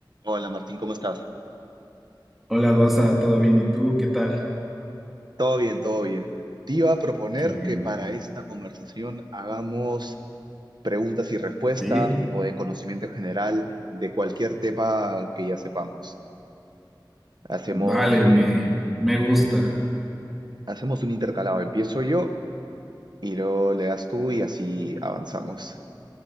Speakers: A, on the right; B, in the centre.
A: Hola Martín, ¿cómo estás?
B: Hola Gonza, ¿todo bien? ¿Y tú? ¿Qué tal?
A: Todo bien, todo bien. Te iba a proponer
B: Eh,
A: que para esta conversación hagamos preguntas y respuestas,
B: sí,
A: tipo de conocimiento general, de cualquier tema que ya sepamos. Hacemos
B: dale,
A: un,
B: me, me gusta.
A: hacemos un intercalado. Empiezo yo y luego le das tú y así avanzamos.